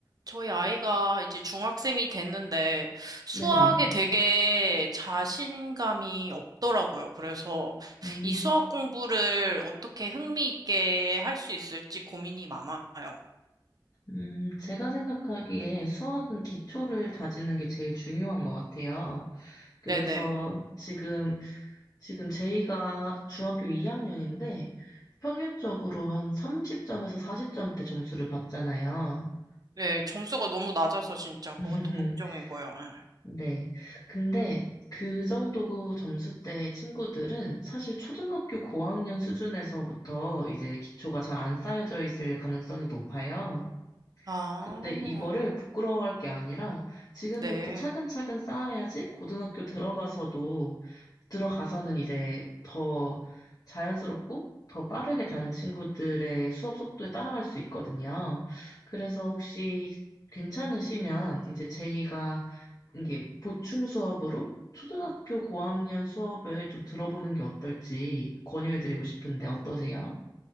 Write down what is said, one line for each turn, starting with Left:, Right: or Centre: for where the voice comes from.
Right: 저희 아이가 이제 중학생이 됐는데 수학에
Left: 네네.
Right: 되게 자신감이 없더라고요. 그래서
Left: 음,
Right: 이 수학 공부를 어떻게 흥미 있게 할 수 있을지 고민이 많아요.
Left: 음, 제가 생각하기에 수학은 기초를 다지는 게 제일 중요한 것 같아요. 그래서
Right: 네네.
Left: 지금, 지금 제이가 중학교 2학년인데 평균적으로 한 30점에서 40점대 점수를 받잖아요.
Right: 네, 점수가 너무 낮아서 진짜 그것도
Left: <laughs>
Right: 걱정이고요. 예.
Left: 네. 근데 그 정도 점수대 친구들은 사실 초등학교 고학년 수준에서부터 이제 기초가 잘 안 쌓여져 있을 가능성이 높아요.
Right: 아,
Left: 근데 이거를 부끄러워할 게 아니라 지금부터
Right: 네.
Left: 차근차근 쌓아야지 고등학교 들어가서도 들어가서는 이제 더 자연스럽고 더 빠르게 다른 친구들의 수업 속도에 따라갈 수 있거든요. 그래서 혹시 괜찮으시면 이제 제이가 이게 보충 수업으로 초등학교 고학년 수업을 좀 들어보는 게 어떨지 권유해드리고 싶은데 어떠세요?